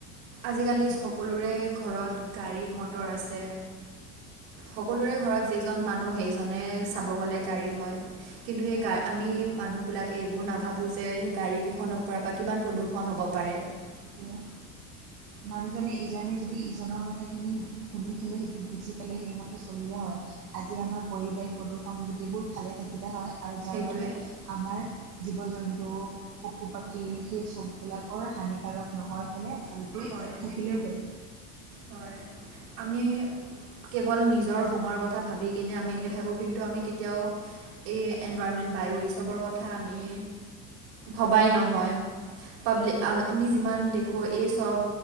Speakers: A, on the right; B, on the right.
A: আজিকালি
B: সেইটোৱে
A: চ সকলোৰে ঘৰত গাড়ী মটৰ আছে। সকলোৰে ঘৰত যেইজন মানুহ, সেইজনে চাব গ'লে গাড়ী হয়। কিন্তু সেই
B: হয়
A: গা আমি মানুহবিলাকে এইবোৰ নাভাবোঁ যে, সেই গাড়ীকেইখনৰ পৰা বা কিমান প্ৰদূষণ হ'ব পাৰে?
B: সেইটোৱে মানুহজনে ইজনে যদি ইজনৰ কথাখিনি শুনি পেলাই সেইটো বুজি পেলাই সেইমতে চলিলে হয়। আজি আমাৰ পৰিৱেশ প্ৰদূষন গোটেইবোৰ ভালে থাকিলে হয়, আৰু যাৰ
A: সেইটোৱে
B: বাবে আমাৰ জীৱ-জন্তু পশু-পক্ষী সেই চববিলাকৰ হানিকাৰক নহয় পেলে ভালকৈ
A: হয়,
B: থাকিলে হয়
A: হয়। আমি কেৱল নিজৰ সময়ৰ কথা ভাবি কিনে আমি এনেকে থাকোঁ। কিন্তু, আমি কেতিয়াও এই এনভাইৰমেণ্ট, বায়ু এই চবৰ কথা আমি ভবাই নহয়। পাব্লিক আমি আমি যিমান দেখোঁ, এই চ চব,